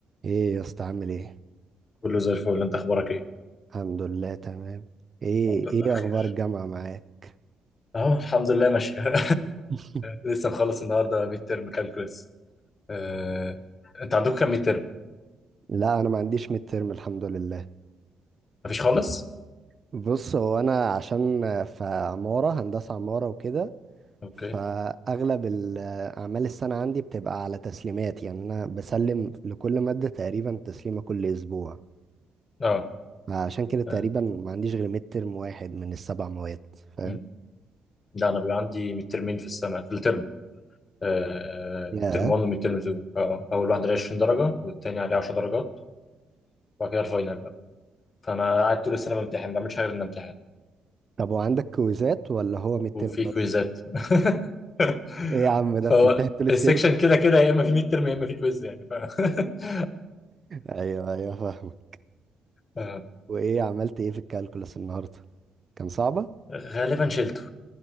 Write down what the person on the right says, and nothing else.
ايه يا اسطى عامل ايه
الحمد لله تمام ايه
ايه
اخبار الجامعه معاك
<laughs>
لا انا ما عنديش ميد ترم الحمد لله
بص هو انا عشان في عماره هندسه عماره وكده
فاغلب ال- اعمال السنه عندي بتبقى على تسليمات يعني انا بسلم لكل ماده تقريبا تسليمه كل اسبوع
عشان كده تقريبا
ما عنديش غير ميد ترم واحد من السبع مواد فاهم
يا
طب وعندك كويزات ولا هو ميد
ترم بس
ايه يا عم ده
بتنتهي طول الترم
ايوه ايوه فاهمك
وايه عملت ايه في الكالكولس النهارده كان صعبه